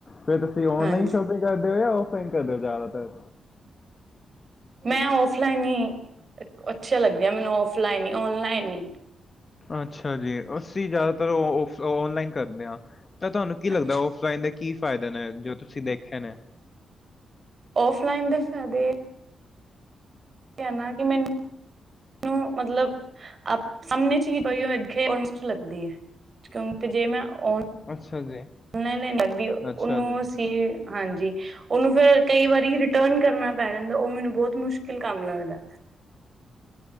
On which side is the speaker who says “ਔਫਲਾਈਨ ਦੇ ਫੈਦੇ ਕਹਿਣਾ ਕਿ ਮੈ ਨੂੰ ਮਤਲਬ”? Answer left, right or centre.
Right